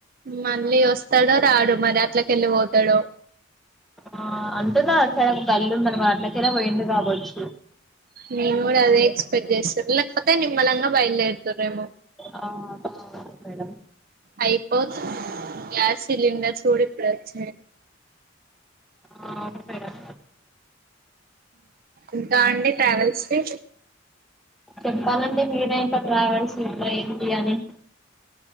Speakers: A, on the right; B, in the centre.
A: మళ్ళీ వస్తాడో రాడు మరి అట్లకెళ్ళి పోతాడుో
B: ఆ అంటున్నా అ సైడ ఒక గల్లి ఉందన్నమారి అట్లకేలా పోయింది కావచ్చు
A: నవ కూడా అదే ఎక్స్పెక్ట్ చేస్త లేకపోతే నిమ్ మలంగా బయల్లే ఇర్తుర రేమ
B: ఆ మేడం
A: అయిపో గ్యాస్ సిలిండర్ చూడ ప్రచ్చ
B: ఆ అవును మేడం
A: ఇంకా అండి ట్రావెల్స్ కి
B: చెప్పాలండి మీరే ఇంకా ట్రావెల్స్ ఇలా ఏంటి అని